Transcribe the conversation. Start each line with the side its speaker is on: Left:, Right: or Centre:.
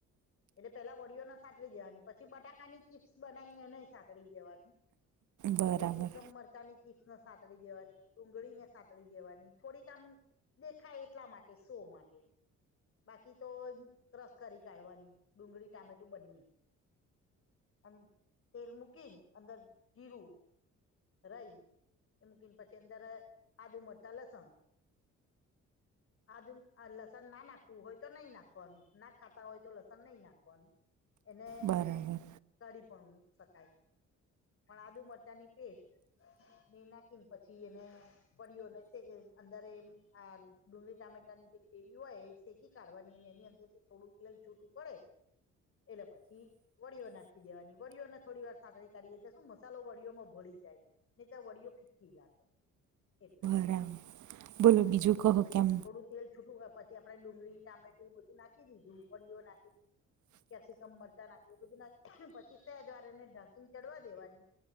Left: એટલે પેલા વડીઓને સાતળી દેવાની પછી, બટાકાની ચીપ્સ બનાવીને એનેય સાતળી દેવાની.
Right: બરાબર
Left: કેપ્સિકમ મરચા ની ચીપ્સને સાતળી દેવાની, ડુંગળીને સાતળી દેવાની થોડીક આમ દેખાય એટલા માટે શો માટે. બાકી તો રસ કરી કાઢવાની ડુંગળી, ટામેટું બંને. અને તેલ મૂકી ને અંદર જીરું. રઈ એ મૂકીને પછી અંદર આદુ મ લસણ આ જ લસન ના નાખ હોય તો નહી નાખવાનુ ના ખાતા હોય તો લસન નહી નાખવાનુ એને
Right: બરાબર
Left: કાઢી પણ શકાય પણ આદુ મરચાંની પેસ્ટ. નાખીને પછી એને, વડ્યો અને અંદર શેકી એમ આ ડુંગળી ટામેટાની જે ગ્રેવી હોય શેકી કાઢવાની એની અંદર થી થોડું તેલ છૂટું પડે એટલે પછી. વડીઓ નાખી દેવાની વડીઓને થોડી વાર સાંકળી કાઢીએ એટલે શું મસાલો વડીઓમાં ભળી જાય. નેતા વડીઓ ફીક્કી લાગે. એટલામાં
Right: બરાબર બોલો
Left: અને
Right: બીજું
Left: પછી
Right: કહો કેમ.
Left: થોડું તેલ છૂટું હોય પછી આપડે ડુંગળી, ટામેટું બધું નાખી દીધું વડીઓ નાખી કેપ્સિકમ મરચા નાખી એ બધું નાખી પછી સેજ વાર એને ઢાકીને ચઢવા દેવાની.